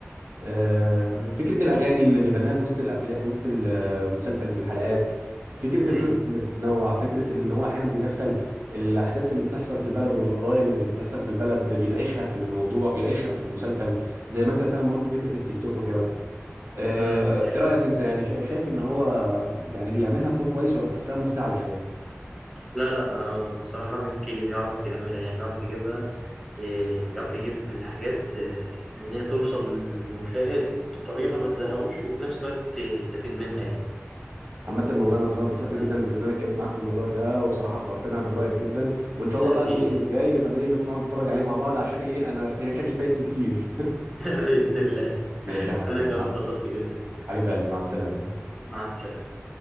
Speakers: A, on the right; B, in the centre.
A: آه،
B: مم.
A: فكرة الأغاني اللي بيغناها في وسط الأفلام في وسط المسلسل في الحلقات فكرة
B: أي
A: القصص اللي بتتنوع فكرة اللي هو أحيانا بيدخل الأحداث اللي بتحصل في البلد والقضايا اللي بتحصل في البلد بيناقشها في الموضوع بيناقشها في المسلسل زي ما أنت مثلا ما قلت فكرة التيك توك وكده آه،
B: مم. أي
A: إيه رأيك أنت يعني شا- شايف إن هو يعني بيعملها بدور كويس ولا بتحسها مفتعلة شوية؟
B: لا لا آه بصراحة ميكي بيعرف يعملها يعني بيعرف يجيبها إيه بيعرف يجيب الحاجات آه، إن هي توصل للمشاهد بطريقة ما تزهقوش وفي نفس الوقت يستفيد منها يعني
A: عامة والله انا اتبسطت
B: آه
A: جدا بان انا اتكلمت معاك في الموضوع ده وبصراحة بقتنع برأيك جدا وان شاء الله
B: حبيبي
A: بقى الموسم الجاي نبقى نيجي نقعد نتفرج عليه مع بعض عشان ايه انا شكلي فايتني كتير
B: <laughs> بإذن الله
A: <laughs> ماشي
B: <laughs>
A: يا حبيبي
B: أنا كمان
A: مع-
B: اتبسطت جدا
A: حبيب قلبي مع السلامة
B: مع السلامة